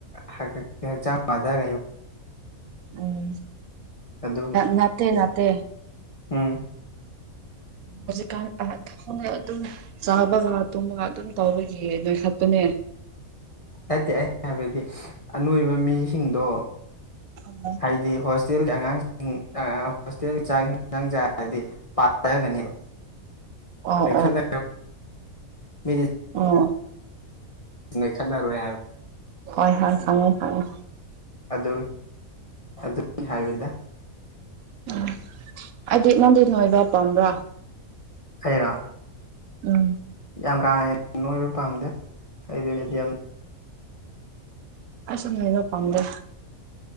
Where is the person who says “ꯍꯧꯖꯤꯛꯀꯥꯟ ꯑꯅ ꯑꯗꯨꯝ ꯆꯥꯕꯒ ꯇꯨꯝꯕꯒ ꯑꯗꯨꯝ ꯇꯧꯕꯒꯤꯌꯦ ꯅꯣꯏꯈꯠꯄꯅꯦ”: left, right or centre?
Right